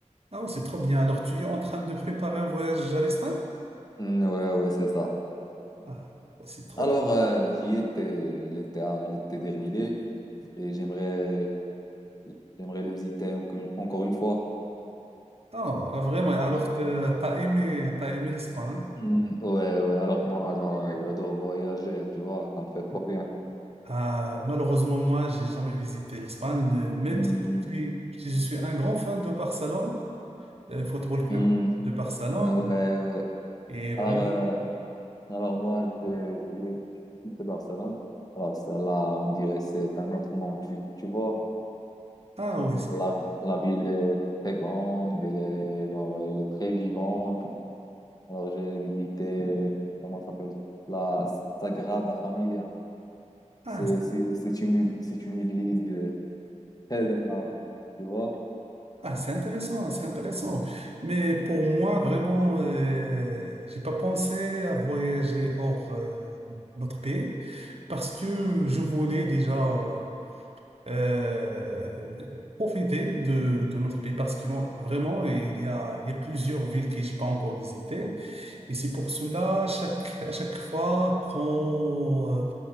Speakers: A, on the right; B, on the left.
A: ah, ouais, c'est trop bien. Alors, tu es en train de préparer un voyage à l'Espagne?
B: Hmm, ouais, ouais, c'est ça.
A: Ah, ouais, c'est trop
B: Alors,
A: bien.
B: euh, j'y étais l'été l'été dernier et j'aimerais j'aimerais le visiter encore encore une fois.
A: Ah, ah, vraiment, alors,
B: Ah.
A: t'as t'as aimé, t'as aimé l'Espagne?
B: Hmm, ouais, ouais, alors moi, genre, euh, j'adore voyager, tu vois, ça me fait trop bien.
A: Ah, malheureusement, moi, j'ai jamais visité l'Espagne, euh, même
B: Hmm,
A: si je suis, si je suis un grand fan de Barcelone, euh, Football Club
B: hmm,
A: de Barcelone.
B: ouais, ouais.
A: Et vraiment,
B: Alors, euh, alors moi, je, je, je de Barcelone. Alors, celle-là, on dirait que c'est un autre monde, tu, tu vois.
A: ah oui,
B: La,
A: c'est-
B: la ville est très grande, elle est, genre, elle est très vivante. Alors, j'ai visité, comment ça s'appelle, la Sagrada Familia.
A: ah,
B: C'est, c'est, c'est une, c'est une église euh, très énorme, tu vois.
A: Ah, c'est intéressant, c'est intéressant. Mais pour moi, vraiment, euh, j'ai pas pensé à voyager hors euh, notre pays parce que je voulais déjà euh, euh, profiter de, de notre pays parce que moi, vraiment, il y a, il y a plusieurs villes que j'ai pas encore visitées. Et c'est pour cela, chaque, à chaque fois quand euh,